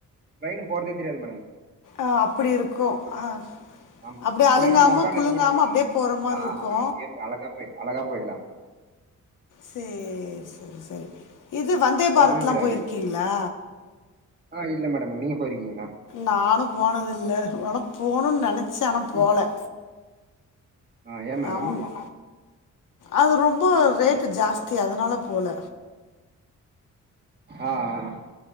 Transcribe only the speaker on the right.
ட்ரைனு போறதே தெரியாது மேடம்
ஆமா
உள்ள நம்ம உக்காந்து
இருக்க கூட
ஆ
அப்டியே அழகா போய் அழகா போயிகலா
போறதே
தெரியாது
ஆ இல்ல மேடம் நீங்க போயிருக்கீங்களா
ம் ஆ ஏ மேடம்
ஆ அ